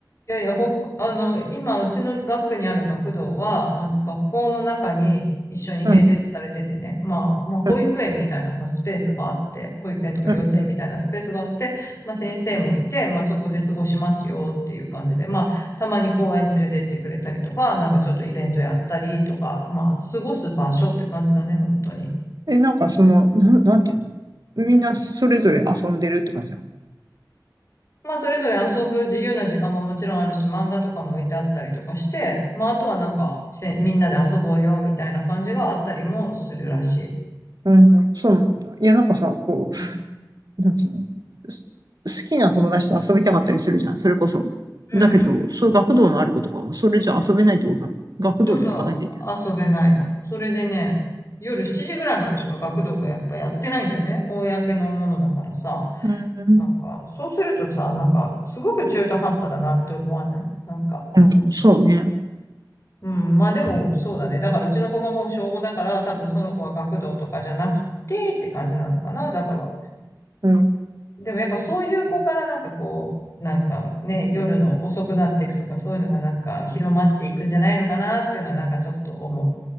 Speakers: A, on the left (about 40°); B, on the right (about 60°).
A: いやいや、ほかあの、今、うちの学区にある学童は、あの、学校の中に一緒に併設されててね、
B: うん、
A: まあ、まあ、保育園みたいなさ、
B: うん、
A: スペースがあって、保育園とか幼稚園みたいなスペースがあって、
B: うん、う
A: まあ、先生もいて、まあ、そこで過ごしますよっていう感じで、まあ、たまに公園連れてってくれたりとか、なんかちょっとイベントやったりとか、まあ、過ごす場所って感じだね、本当に。
B: ん。え、なんかその、なん、なんていうのみんなそれぞれ遊んでるって感じなの
A: まあ、それぞれ遊ぶ自由な時間ももちろんあるし、漫画とかも置いてあったりとかして、まあ、あとはなんか、せみんなで遊ぼうよみたいな感じがあったりもするらしい。
B: うん、そうなんだ。いや、なんかさ、こ
A: うん。
B: う、なんつうのす好きな友達と遊びたかったりするじゃん、それこそ。
A: うんうん。
B: だけど、そういう学童のある子とかは、それじゃ遊べないってことなの学童に行かなきゃいけない。
A: そうそう。遊べないの。それでね、夜7時ぐらいまでしか学童はやっぱやってないんだよね。公のものだからさ。
B: うん、
A: なんか、そうするとさ、なんか、すごく中途半端だなって思わないなんか、
B: うん、そうね。
A: うん。まあでも、そうだね。だからうちの子がもう小午だから、多分その子は学童とかじゃなくてって感じなのかな。だから、
B: うん。
A: でもやっぱそういう子からなんかこう、なんかね、夜の遅くなっていくとか、そういうのがなんか広まっていくんじゃないのかなっていうのはなんかちょっと思う。